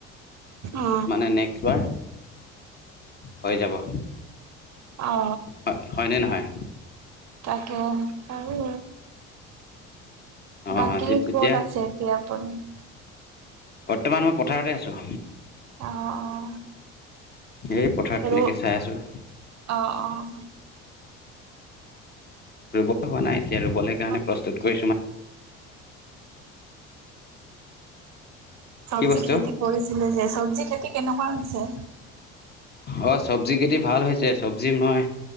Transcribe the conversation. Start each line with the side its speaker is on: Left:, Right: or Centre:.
Right: অ
Left: মানে নেক্স বাৰ হৈ যাব।
Right: অ
Left: হয় হয়নে নহয়।
Right: এহ পাৰি বাৰু।
Left: অঁ
Right: বাকী
Left: তেতিয়া
Right: কত আছে এতিয়া আপুনি।
Left: বৰ্তমান মই পথাৰতে আছো।
Right: অহ অহ।
Left: এই পথাৰত
Right: আৰু
Left: তেনেকৈ চাই আছোঁ
Right: অহঁ অহঁ।
Left: ৰুবলৈ হোৱা নাই এতিয়া ৰুবলৈ কাৰণে
Right: চব্জি
Left: প্ৰস্তুত কৰিছোঁ মানে
Right: চবজি
Left: কি বস্তু
Right: খেতি কৰিছিলে যে চবজি খেতি কেনেকুৱা। ছে।
Left: হয় চবজি খেটি ভাল হৈছে চবজি মই।